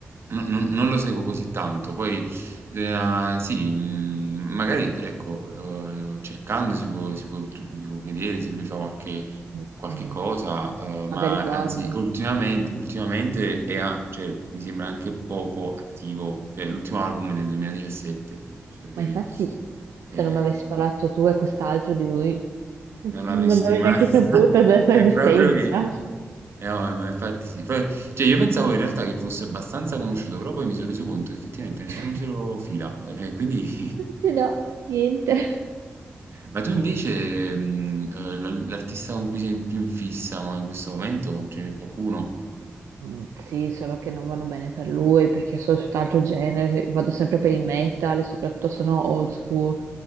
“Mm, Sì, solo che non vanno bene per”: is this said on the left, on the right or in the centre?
Right